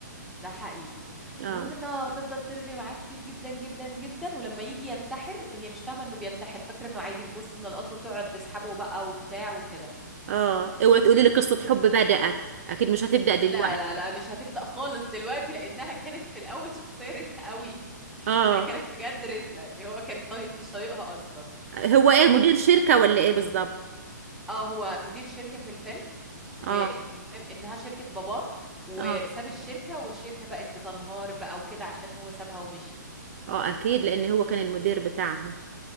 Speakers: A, in the centre; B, on the right (about 45°).
A: ده حقيقي
B: اه
A: المهم انها تفضل ترغي معاه كتير جدا جدا جدا ولما يجي ينتحر هي مش فاهمة انه بينتحر فاكرة انه عادي بيبص من القطر وتقعد تسحبه بقى وبتاع وكده
B: اه اوعي تقولي لي قصه حب بدات اكيد مش هتبدا دلوقتي
A: لا لا لا مش هتبدأ خالص دلوقتي لأنها كانت في الأول شخصية رزلة قوي <laughs>
B: اه
A: هي كانت بجد رزلة اللي هو كان طي... مش طايقها أصلا
B: هو ايه مدير
A: ال...
B: شركه ولا ايه بالظبط
A: اه هو مدير شركة في الفيلم والمهم
B: اه
A: إنها شركة باباه وساب
B: اه
A: الشركة والشركة بقت بتنهار بقى وكده عشان هو سابها ومشي
B: اه اكيد لان هو كان المدير بتاعها